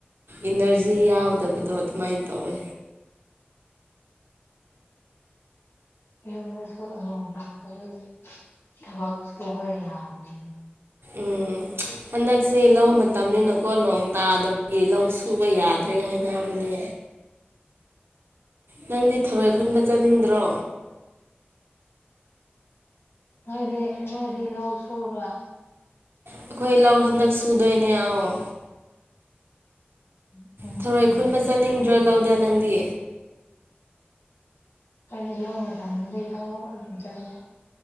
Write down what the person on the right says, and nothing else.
ꯏꯅꯔꯖꯤ ꯌꯥꯎꯗꯕꯗꯣ ꯑꯗꯨꯃꯥꯏꯅ ꯇꯧꯋꯤ
ꯎꯝ ꯍꯟꯗꯛꯁꯦ ꯂꯧ ꯃꯇꯝꯅꯤꯅꯀꯣ ꯅꯣꯡ ꯇꯥꯗꯕꯒꯤ ꯂꯧ ꯁꯨꯕ ꯌꯥꯗ ꯗ꯭ꯔꯦ ꯍꯥꯏꯅꯕꯅꯦ ꯅꯪꯗꯤ ꯊꯔꯣꯏ ꯈꯨꯟꯕ ꯆꯠꯅꯤꯡꯗ꯭ꯔꯣ
ꯑꯩꯈꯣꯏ ꯂꯧ ꯍꯟꯗꯛ ꯁꯨꯗꯣꯏꯅꯦ ꯑꯧ
ꯊꯧꯔꯣꯏ ꯈꯨꯟꯕ ꯆꯠꯅꯤꯡꯗ꯭ꯔ ꯂꯧꯗ ꯅꯪꯗꯤ